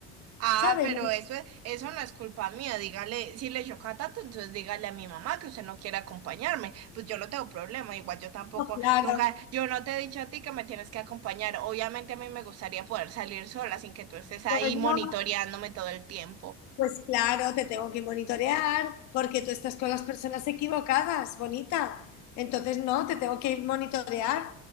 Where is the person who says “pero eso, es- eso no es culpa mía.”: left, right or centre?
Right